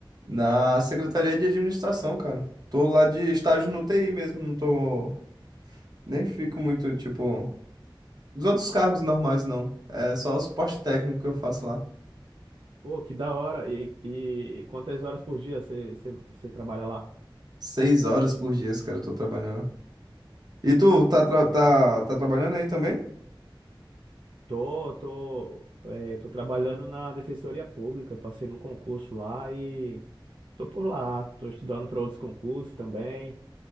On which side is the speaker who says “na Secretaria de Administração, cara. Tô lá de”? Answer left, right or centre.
Right